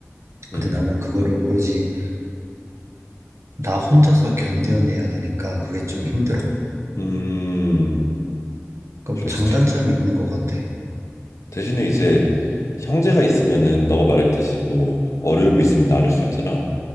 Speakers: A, on the left; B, on the right.
A: 음,
B: 근데 나는 그거를 오로지 나 혼자서 견뎌내야 되니까 그게 좀
A: 음,
B: 힘들어.
A: 음,
B: 그러니까
A: 이럴
B: 뭐 장단점이
A: 수도 있겠다.
B: 있는 것 같아.
A: 대신에 이제 형제가 있으면은 너가 말했듯이 뭐 어려움이 있으면 나눌 수 있잖아.